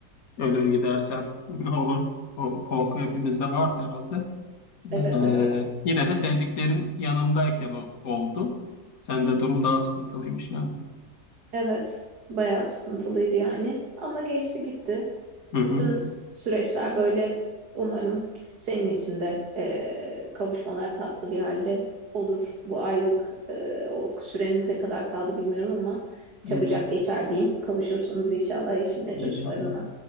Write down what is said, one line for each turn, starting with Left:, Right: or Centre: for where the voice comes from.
Left: Ölür gidersen <laughs> ne olur? O korku hepimizde vardı herhalde. Ee,
Right: evet evet.
Left: yine de sevdiklerim yanımdayken o, oldu. Sende durum daha sıkıntılıymış yani.
Right: Evet. Bayağı sıkıntılıydı yani. Ama geçti gitti.
Left: Hı-hı.
Right: Bütün süreçler böyle umarım senin için de e, kavuşmalar tatlı bir halde olur. Bu ayrılık e, o süreniz ne kadar kaldı bilmiyorum ama
Left: İnşallah.
Right: çabucak geçer diyeyim. Kavuşursunuz inşallah eşinle
Left: İnşallah.
Right: çocuklarınla.